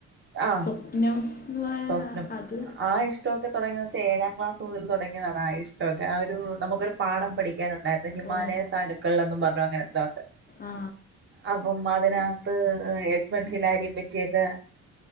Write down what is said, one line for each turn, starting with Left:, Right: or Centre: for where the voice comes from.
Right: ആഹ്
Left: സ്വപ്നം എന്ന് പറയാ
Right: സ്വപ്നം
Left: അത്
Right: ആ ഇഷ്ടമൊക്കെ തുടങ്ങിയ ഏഴാം ക്ലാസ് മുതൽ തുടങ്ങിയതാണ് ആ ഇഷ്ടമൊക്കെ ആ ഒരു നമുക്ക ഒരു പാഠം പഠിക്കാനുണ്ടായിരുന്നു ഹിമാലയ
Left: ഓ
Right: സാനുക്കൾ എന്നും പറഞ്ഞു അങ്ങനെ എന്തൊണ്ട്.
Left: ആ
Right: അപ്പം അതിനകത്ത് എഡ്മഡ് ഹിലാരിയെ പറ്റിയൊക്കെ